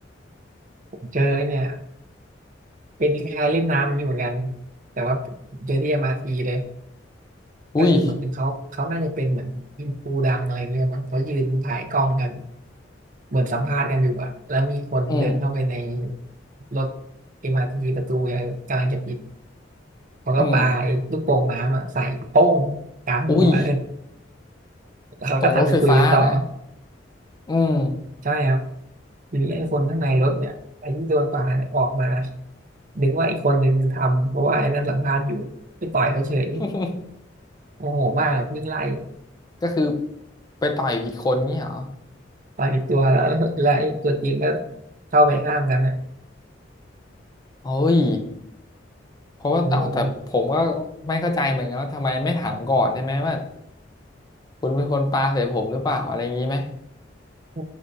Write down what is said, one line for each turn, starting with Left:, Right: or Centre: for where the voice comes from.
Right: เจอไอ้เนี่ยเป็นคล้ายๆเล่นน้ำอย่างนี้เหมือนกันแต่ว่าเจอที่ MRT เลย
Left: อุ้ย
Right: ก็คือเหมือนเขาเขาน่าจะเป็นเหมือนอินฟูดังอะไรเงี้ยมั้งเขายืนถ่ายกล้องกันเหมือนสัมภาษณ์กันอยู่อะแล้วมีคนเดินเข้าไปใน
Left: อืม
Right: รถ MRT ประตูอะไกำลังจะปิดเขาก็ปาไอ้ลูกโป่งน้ำอะใส่โป้งกลางหัวเลย
Left: อืมอุ้ย
Right: แล้วเขาก็ทำไปคุยกันต่อ
Left: ตรงรถไฟฟ้านะอืม
Right: ใช่ครับ หรือไอ้คนข้างในรถเนี่ยไอ้ที่โดนปาเนี่ยออกมานึกว่าอีกคนนึงทำเพราะว่าไอ้นั่นสัมภาษณ์อยู่ไปต่อยเขาเฉย
Left: <laughs>
Right: โมโหมากกับวิ่งไล่อะ
Left: ก็คือไปต่อยผิดคนงี้เหรอ
Right: ต่อยผิดตัวแล้ว <laughs> แล้วแล้วไอ้ตัวจริงก็เข้าไปห้ามกันนะ
Left: เฮ้ยเพราะว่าเอาแต่ผมก็
Right: เออ
Left: ไม่เข้าใจเหมือนกันว่าทำไมไม่ถามก่อนใช่ไหมว่าคุณเป็นคนปาใส่ผมหรือเปล่าอะไรอย่างนี้ไหม
Right: โอ